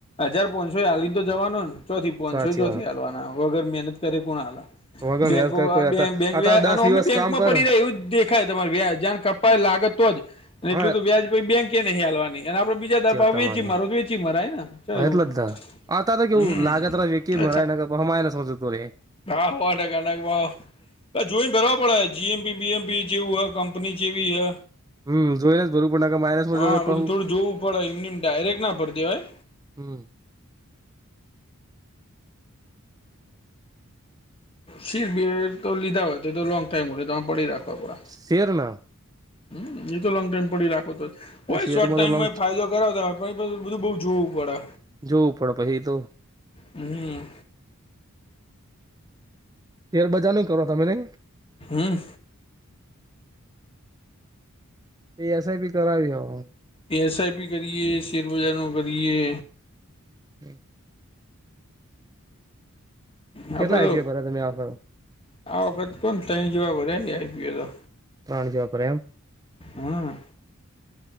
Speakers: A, on the left; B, on the right.
A: હજાર પોંચોય હલી તો જવાનો ચોથી પોંચોય
B: સાચી
A: ચોથી
B: વાત
A: હ વગર મહેનત કરે કોણ આલે લ
B: વગમ
A: બેકો
B: યાદ કર કોઈ હતા
A: બેક
B: અતાર
A: વ્યા
B: દસ દિવસ
A: અમે બેંકમાં
B: કામ કર
A: પડી રહ્યા એવું જ દેખાય તમારે વ્યા જ લાગત જ એટલું
B: હા
A: તો વ્યાજ બેંકે નહીં હાલવાની અને આપડે બીજા પાહે
B: તમારે
A: વેચી મારો તો વેચી મરાય ને ચો એવું
B: એટલે
A: હ
B: જ આ ત તો કેવું
A: હમ
B: લાગત વ્યકી મરાનગર હમા સમજતો રે
A: રાા હોવાને કનાકમાં જોઈ બરાબર જીએમપી બીએમપી જેવું કંપની જેી હ
B: હમ જોઈને જ ભરવું પડે કે માઇનસમાં
A: હા
B: જતો
A: બધું
B: પહુ
A: થોડું જોવું પડે એમને ડાયરેક્ટ ના પડતી હોય
B: હમ્મ
A: શિરબી તો લીધા હોય તો એ તો લોંગ ટાઈમ હોય તોરે પડી રાખવા પડે
B: શેરના
A: હમ્મ એ તો લોંગ ટાઈમ પડી રાખો તો હોય
B: શેરમાં
A: શોર્ટ ટાઈમ
B: તો લોંગ
A: માં ફાયદો કરાવતા બધું બઉ જોવું પડે
B: જો ઉપડ પચી તો
A: હમ્મ
B: શેર બજાર નું કરો તમ ને.
A: હમ્મ.
B: એ એસઆઈ બી કરાવી હો.
A: એ એસ આઈ પી કરીએ શેર બજનો કરીએ.
B: હમ્મ.
A: આપડે
B: કેટલા આઈડિયા
A: તો
B: ભરા તમે આમ.
A: આ વખત પણ તહી જવાબરે આઈ પી એલ લો.
B: ત્રણ <unintelligible> રેમ
A: હમ્મ.